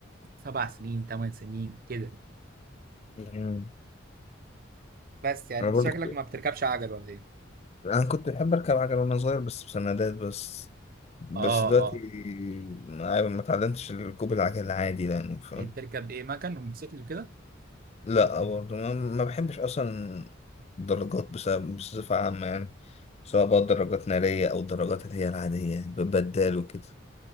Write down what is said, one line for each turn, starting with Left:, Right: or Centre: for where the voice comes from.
Right: سبع سنين ثمان سنين كده
Left: امم
Right: بس يعني
Left: انا
Right: انت
Left: برضو
Right: شكلك
Left: كنت
Right: ما بتركبش عجل ولا ايه
Left: انا كنت بحب اركب عجلة وانا صغير بس بسندات بس بس
Right: اه
Left: دلوقتي
Right: اه
Left: ما ما اتعلمتش ركوب العجل عادي يعني فاهم
Right: ايه بتركب ايه مكن وموتوسيكل وكده
Left: لا برضه ما ما بحبش اصلا درجات بسبب بصفة عامة يعني سواء بقى درجات نارية أو الدرجات اللي هي العادية يعني ببدال وكده